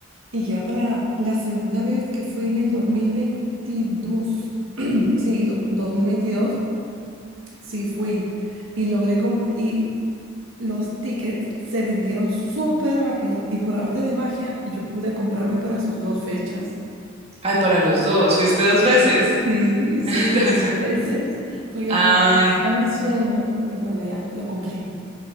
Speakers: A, on the right; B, on the right.
A: Y ya para la segunda vez, que fue en el 2022, <clears throat> sí, do- 2022, sí fui. Y logré comprar. Y los tickets se vendieron súper rápido. Y por arte de magia, yo pude comprarme para sus dos fechas.
B: ay, para los dos. Fuiste dos veces.
A: Sí,
B: <laughs>
A: sí,
B: Entonces,
A: fui dos veces. Fui dos
B: Ay,
A: veces. Era mi sueño. Y bueno, ya, lo cumplí.